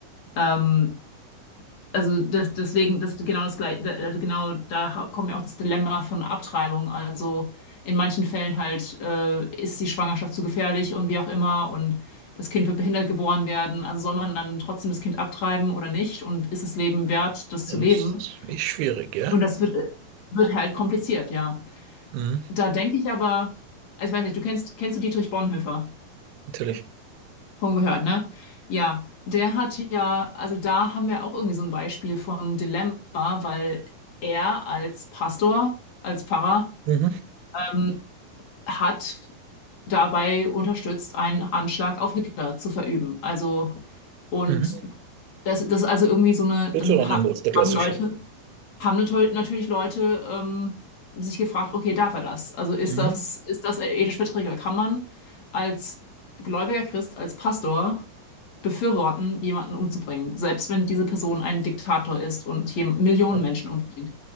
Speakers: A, on the left (about 50°); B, on the right (about 90°).
A: ähm, also das, deswegen, das genau das gleiche, also genau da ha- kommt ja auch das Dilemma von Abtreibung. Also in manchen Fällen halt äh, ist die Schwangerschaft zu gefährlich und wie auch immer und das Kind wird behindert geboren werden. Also soll man dann trotzdem das Kind abtreiben oder nicht? Und ist das Leben wert, das
B: Ja,
A: zu leben?
B: Das ist echt schwierig, ja?
A: Und das wird, wird halt kompliziert, ja.
B: Mhm.
A: Da denke ich aber, also ich weiß nicht, du kennst, kennst du Dietrich Bonhoeffer?
B: Natürlich.
A: Schon gehört, ne? Ja, der hat ja, also da haben wir auch irgendwie so ein Beispiel von Dilemma, weil er als Pastor, als Pfarrer,
B: Mhm.
A: ähm, hat dabei unterstützt, einen Anschlag auf Hitler zu verüben. Also, und
B: Mhm.
A: das, das ist also irgendwie so eine,
B: Deuteronymos,
A: dann hab,
B: der klassische.
A: haben Leute, haben natö- natürlich Leute ähm, sich gefragt, okay, darf er das? Also ist
B: Mhm.
A: das, ist das ethisch verträglich? Kann man als gläubiger Christ, als Pastor befürworten, jemanden umzubringen, selbst wenn diese Person ein Diktator ist und hier Millionen
B: Ja.
A: Menschen umbringt.